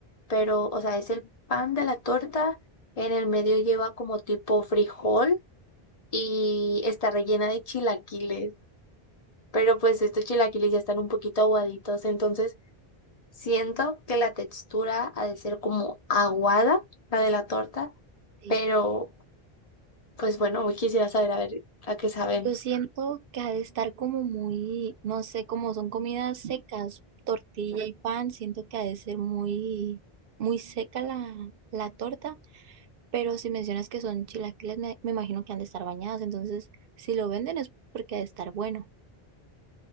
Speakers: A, on the left; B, on the right.
A: pero, o sea, es el pan de la torta, en el medio lleva como tipo frijol y está rellena de chilaquiles. pero pues estos chilaquiles ya están un poquito aguaditos, entonces siento que la textura ha de ser como aguada, la de la torta,
B: Sí.
A: pero pues bueno, hoy quisiera saber a ver a qué saben.
B: Yo siento que ha de estar como muy, no sé, como son comidas secas, tortilla y pan, siento que ha de ser muy, muy seca la, la torta, pero si mencionas que son chilaquiles, me, me imagino que han de estar bañados, entonces si lo venden es porque ha de estar bueno.